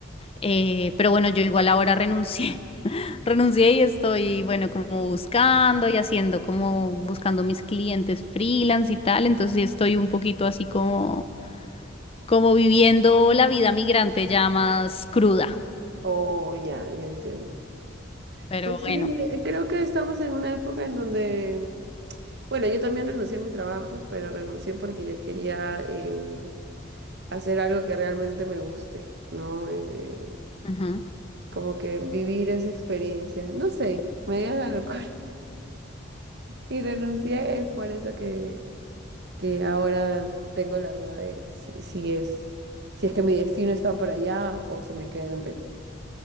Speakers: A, on the left; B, on the right.
A: eh, pero bueno, yo igual ahora renuncié, <laughs> renuncié y estoy, bueno, como buscando y haciendo, como buscando mis clientes freelance y tal, entonces sí estoy un poquito así como, como viviendo la vida migrante ya más cruda,
B: oh, ya, ya entiendo.
A: pero
B: Pues sí,
A: bueno,
B: eh, creo que estamos en una época en donde, bueno, yo también renuncié a mi trabajo, pero renuncié porque yo quería... em, hacer algo que realmente me guste, ¿no? Eh,
A: ujú,
B: como que vivir esa experiencia, no sé, me dio la locura <laughs> y renuncié, es por eso que, que ahora tengo la duda de si, si es, si es que mi destino está por allá o si me quedo en Perú.